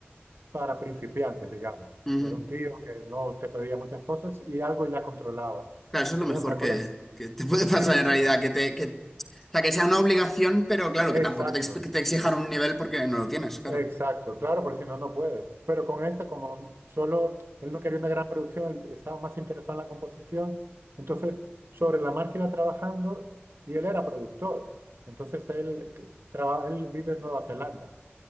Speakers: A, on the right; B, in the centre.
A: para principiantes, digamos.
B: ujú.
A: Era un tío que no te pedía muchas cosas y algo ya controlaba.
B: Claro, eso es
A: Entonces
B: lo mejor
A: me acuerdo,
B: que, que te puede pasar
A: sí,
B: en
A: sí,
B: realidad, que te, que, o sea, que sea una obligación, pero claro,
A: exacto,
B: que tampoco te, ex- que te exijan un nivel porque no lo tienes, claro.
A: exacto, claro, porque si no, no puedes. Pero con este, como solo él no quería una gran producción, él estaba más interesado en la composición, entonces sobre la marcha iba trabajando y él era productor. Entonces él, eh, traba- él vive en Nueva Zelanda.